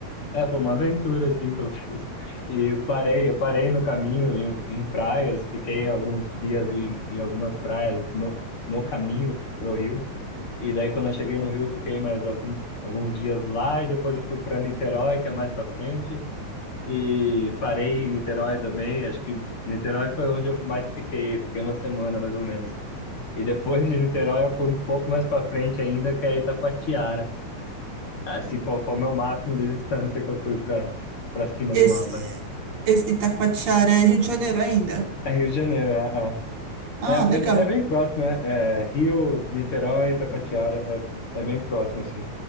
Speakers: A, on the left; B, on the right.
A: É, foi uma aventura assim que eu fiz. E parei, eu parei no caminho em, em praias, fiquei alguns dias em, em algumas praias no, no caminho pro Rio. E daí quando eu cheguei no Rio, fiquei mais algum, alguns dias lá e depois eu fui para Niterói, que é mais para frente, e parei em Niterói também. Acho que Niterói foi onde eu mais fiquei, fiquei uma semana mais ou menos. E depois de Niterói eu fui um pouco mais para frente ainda, que é Itacoatiara. Assim, foi, foi o meu máximo de distância que eu fui pra, pra cima
B: esse,
A: do mapa, né?
B: esse Itacoatiara é Rio de Janeiro ainda.
A: É Rio de Janeiro, é,
B: Ah,
A: é, é, é,
B: legal.
A: é bem próximo, é, é Rio, Niterói, Itacoatiara, é, é bem próximo, assim.